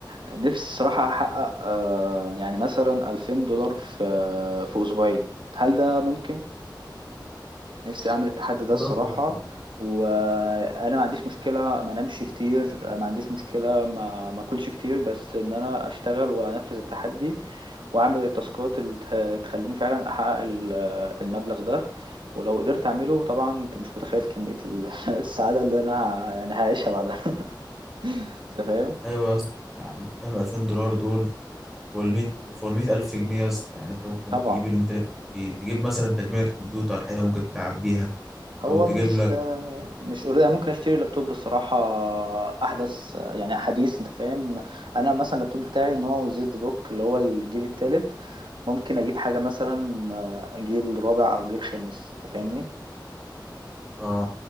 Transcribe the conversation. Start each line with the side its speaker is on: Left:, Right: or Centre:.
Right: نفسي الصراحة أحقق آه، يعني مثلا 2000 دولار في آه، في أسبوعين هل ده ممكن؟ نفسي اعمل التحدي ده
Centre: تضرب
Right: الصراحه
Centre: فوق.
Right: وانا ما عنديش مشكله ما انامش كتير ما عنديش مشكله ما ما اكلش كتير بس ان انا اشتغل وانفذ التحدي واعمل التاسكات اللي ت- تخليني فعلا احقق ال- المبلغ ده ولو قدرت اعمله طبعا انت مش متخيل كميه ال- <laughs> السعاده اللي انا ه- يعني هعيشها بعدها <laughs> انت فاهم
Centre: ايوه يا اسطى يعني فاهم 2000 دولار دول فوق ال 100 فوق ال 100000 جنيه يا اسطى يعني انت ممكن
Right: طبعا
Centre: تجيب اللي انت نفسك فيه تجيب مثلا تجميع كمبيوتر حلو ممكن تلعب بيها
Right: هو
Centre: او تجيب
Right: مش
Centre: لك
Right: مش أريد أنا ممكن اشتري لابتوب الصراحه احدث يعني حديث انت فاهم انا مثلا اللابتوب بتاعي نوعه زد بوك اللي هو الجيل الثالث ممكن اجيب حاجه مثلا جيل رابع او جيل خامس انت فاهمني
Centre: اه